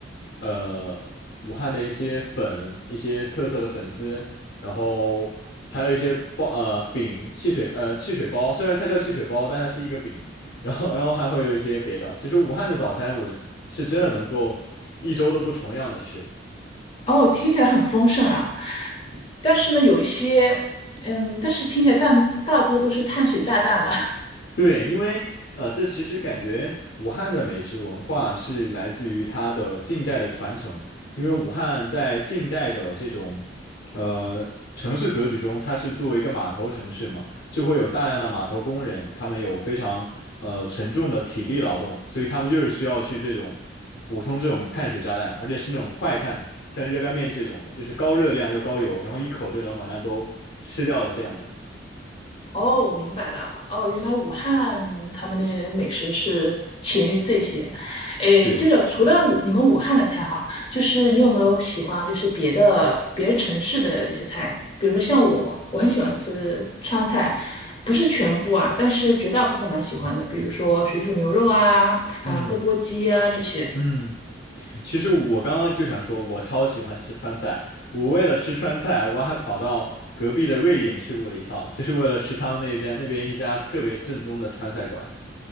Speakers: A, on the left (about 60°); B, on the left (about 30°).
A: 呃武汉的一些粉，一些特色的粉丝，然后还有一些包呃饼、汽水呃汽水包，虽然它叫汽水包，但它是一个饼，然后然后还会有一些别的，就是武汉的早餐，我是真的能够一周都不重样的吃。
B: 然后听起来很丰盛啊，但是呢，有一些，嗯，但是听起来但大多都是碳水炸弹吧。<laughs>
A: 对，因为呃，这其实感觉武汉的美食文化是来自于它的近代的传承，因为武汉在近代的这种呃城市格局中，它是作为一个码头城市嘛，就会有大量的码头工人，他们有非常呃沉重的体力劳动，所以他们就是需要去这种补充这种碳水炸弹，而且是那种快碳，像热干面这种的，就是高热量又高油，然后一口就能把它都吃掉的这样的。
B: 哦，我明白了。哦，原来武汉他们的美食是起源于这些。诶，
A: 对，
B: 对了，除了武你们武汉的菜哈，就是你有没有喜欢就是别的别的城市的一些菜？比如说像我，我很喜欢吃川菜，不是全部啊，但是绝大部分蛮喜欢的。比如说水煮牛肉啊，
A: 嗯
B: 嗯，钵钵鸡啊这些。
A: 嗯。其实我刚刚就想说，我超喜欢吃川菜。我为了吃川菜，我还跑到隔壁的瑞典去过一趟，就是为了吃他们那边那边一家特别正宗的川菜馆。